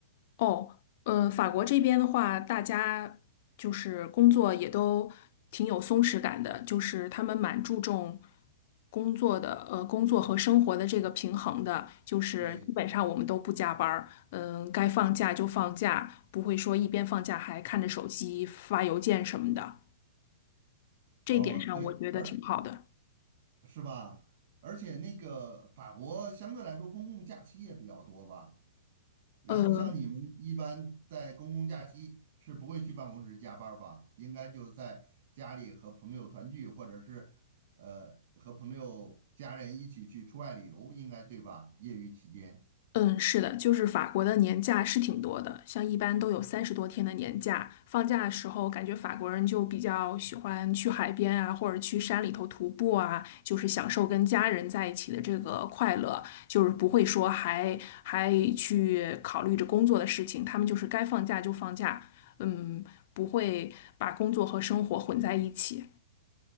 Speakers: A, on the left; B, on the right.
A: 哦，呃，法国这边的话，大家就是工作也都挺有松弛感的，就是他们蛮注重工作的，呃，工作和生活的这个平衡的，就是基本上我们都不加班儿，
B: 对，
A: 嗯，该放假就放假，不会说一边放假还看着手机发邮件什么的，这一点上我觉得挺好的。
B: 哦对，而是吧？而且那个法国相对来说公共假期也比较多吧？然后像你们一般在公共假期是不会去办公室加班儿吧？
A: 呃，
B: 应该就在家里和朋友团聚，或者是呃和朋友家人一起去出外旅游，应该对吧？业余期间。
A: 嗯，是的，就是法国的年假是挺多的，像一般都有三十多天的年假。放假的时候，感觉法国人就比较喜欢去海边啊，或者去山里头徒步啊，就是享受跟家人在一起的这个快乐，就是不会说还还去考虑着工作的事情，他们就是该放假就放假，嗯，不会把工作和生活混在一起。